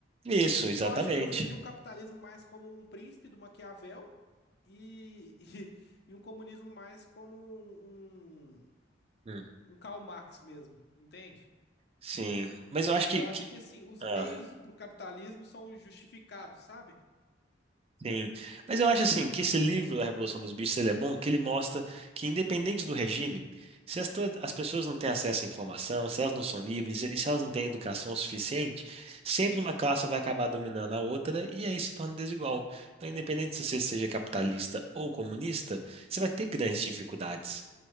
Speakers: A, on the right (about 30°); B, on the left (about 55°).
A: Isso,
B: E
A: exatamente.
B: eu acho, eu vejo o capitalismo mais como um príncipe do Maquiavel e, <laughs> e, e um comunismo mais como um, um
A: Hum,
B: um Karl Marx mesmo, entende?
A: Sim. Mas eu acho que.
B: Eu
A: que-
B: acho que assim, os
A: ah,
B: meios para o capitalismo são justificados, sabe?
A: Sim. Mas eu acho assim que esse livro, A Revolução dos Bichos, ele é bom, que ele mostra que independente do regime, se as, to-
B: Hum,
A: as pessoas não têm acesso à informação, se elas não são livres e se elas não têm educação suficiente, sempre
B: hum,
A: uma classe vai acabar dominando a outra e aí se torna desigual. Então, independente se você seja capitalista ou comunista, você vai ter grandes
B: hum.
A: dificuldades.